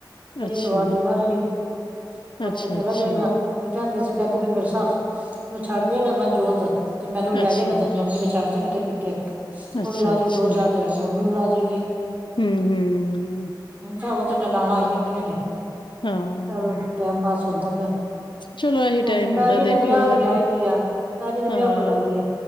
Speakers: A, on the right; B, on the left.
A: ਫਿਰ
B: ਅੱਛਾ,
A: ਐਤਵਾਰ ਜਗਾਧਰੀ <unintelligible>
B: ਅੱਛਾ-ਅੱਛਾ,
A: ਚਲਾ ਜਾਏਗਾ ਕਹਿੰਦੀ ਸੀ ਕਹਿੰਦੀ ਵੀ ਮੇਰੇ ਸੱਸ ਨੂੰ ਛੱਡ ਜਏਗਾ ਮਨਜੋਤ ਤੇ ਮੈਨੂੰ ਲੈ
B: ਅੱਛਾ,
A: ਜਾ ਕਦੇ ਮੰਮੀ ਨੇ ਛੱਡ ਜਾਣਗੇ ਪੀਕੇ ਉਹ
B: ਅੱਛਾ-ਅੱਛਾ,
A: ਵੀ ਲਾ ਜਾਏਗੀ ਦੋ ਚਾਰ ਦਿਨ ਮੰਮੀ ਵੀ ਲਾ ਜੇਗੀ ਇੱਕ
B: ਹੂੰ, ਹੂੰ,
A: ਹਾਂ ਉਹ ਤੁਹਾਡੇ ਨਾਲ ਆਈਆਂ ਪਈਆਂ ਨੇ ਚਲੋ
B: ਹਾਂ,
A: ਤੇ <unintelligible>
B: ਚਲੋ ਇਹੀ ਟਾਈਮ
A: ਪੈਰੀ
B: ਹੁੰਦਾ
A: ਦੇ
B: ਦੇਖੋ
A: ਵਿਆਹ ਦੀ
B: ਹਨਾ,
A: ਆਏ ਦੀ ਆ ਪੈਰੀ ਦੇ ਵਿਆਹ
B: ਹਾਂ,
A: ਕੋਲ ਆਈਏ